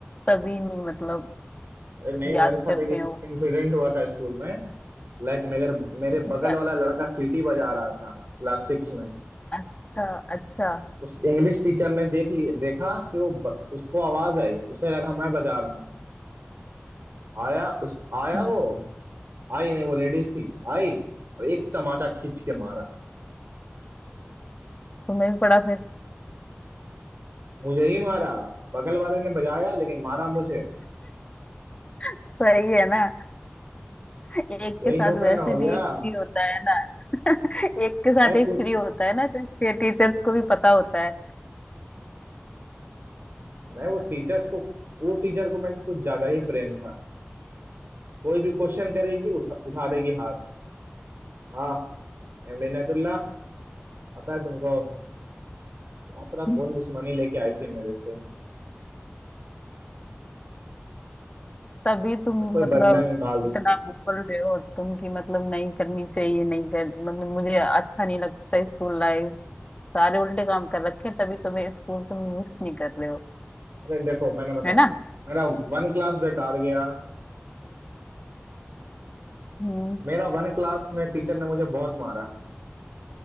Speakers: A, on the left; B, on the right.
A: तभी नहीं मतलब
B: अरे नहीं मेरे
A: याद
B: साथ
A: करते
B: एक
A: हैं वो
B: इंसिडेंट हुआ था स्कूल में लाइक मेरे मेरे
A: अच्छा
B: बगल
A: क्या
B: वाला लड़का सीटी बजा रहा था क्लास सिक्स में
A: अच्छा अच्छा
B: उस इंग्लिश टीचर ने देख लिया देखा कि वो ब, उसको आवाज आई उसे लगा मैं बजा रहा हूँ आया उस आया
A: हम्म,
B: वो आई नहीं वो लेडीज थी आई और एक तमाचा खींच के मारा
A: तुम्हें भी पढ़ा फिर
B: मुझे ही मारा बगल वाले ने बजाया लेकिन मारा मुझे
A: सही है ना एक
B: यही
A: के साथ
B: धोखा
A: वैसे
B: ना हो गया
A: भी एक फ्री होता है ना <laughs> एक के साथ
B: लाइक
A: एक फ्री होता है ना तो इसके टीचर्स को भी पता होता है
B: मैं वो टीचर्स को वो टीचर को मेरे से कुछ ज्यादा ही प्रेम था कोई भी क्वेश्चन करेगी उठा उठा देगी हाथ हाँ एमडी नेतुल्ला पता है तुमको क्या पता
A: <laughs>
B: कौन दुश्मनी लेके आई थी मेरे से
A: तभी
B: तो
A: तुम
B: कोई
A: मतलब
B: बदला निकाल रही
A: इतना
B: थी
A: बोल रहे हो तुम कि मतलब नहीं करनी चाहिए नहीं कर मतलब मुझे अच्छा नहीं लगता स्कूल लाइफ सारे उल्टे काम कर रखे हैं, तभी तुम्हें स्कूल तुम मिस नहीं कर रहे हो
B: अरे देखो मैंने बताया
A: है ना
B: मेरा वन क्लास बेकार गया
A: हम्म
B: मेरा वन क्लास में टीचर ने मुझे बहुत मारा है